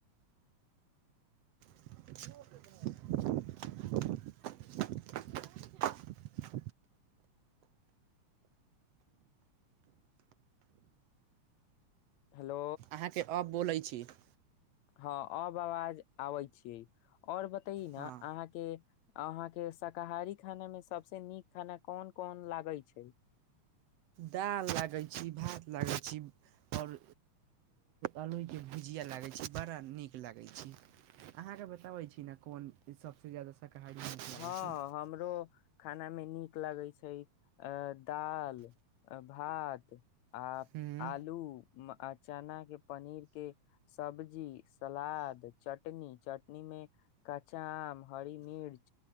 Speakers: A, on the right; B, on the left.
A: <unintelligible>
B: हेलो
A: अहाँके अब बोलैत। <unintelligible> छी। <unintelligible>
B: हँ अब आवाज आबै छीियै और बते न
A: हँ
B: अहाँ के- अहाँ के शाकाहारी खाना मे सबस नीक खाना कोन कोन लागे छै। <unintelligible>
A: दाल लागै छी भात लागैत छी -आओर अलहि के भुजिया लागैत छी बड़ा नीक लागैत छी अहाँके बताबै छी ने कोन सबस ज्यादा। शाकाहारी नीक
B: हँ
A: लागै छै
B: हमरो खाना मे नीक। नीक लगै छै -अ दाल -भात आ
A: हूँ
B: आलू आ चना के पनीर के सब्जी सलाद चटनी -चटनी मे क्च आम हरी मिर्च।